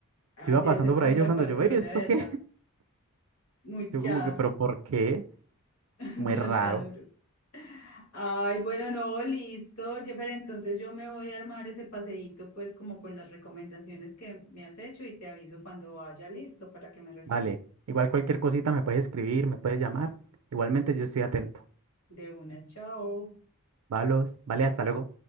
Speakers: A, on the left (about 80°); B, on the right (about 75°).
A: Ay,
B: Yo iba
A: debe
B: pasando
A: ser
B: por
A: como
B: ahí,
A: una
B: yo cuando
A: patrona
B: yo veía esto
A: de allá.
B: qué, <laughs>
A: Mucha
B: yo como que, pero ¿por qué?
A: <laughs>
B: Muy
A: Chanta
B: raro.
A: duro. Ay, bueno, no, listo, Jeffer, entonces yo me voy a armar ese paseíto pues como con las recomendaciones que me has hecho y te aviso cuando vaya listo para que me recibas.
B: Vale, igual cualquier cosita me puedes escribir, me puedes llamar. Igualmente yo estoy atento.
A: De una, chao.
B: Valos, vale, hasta luego.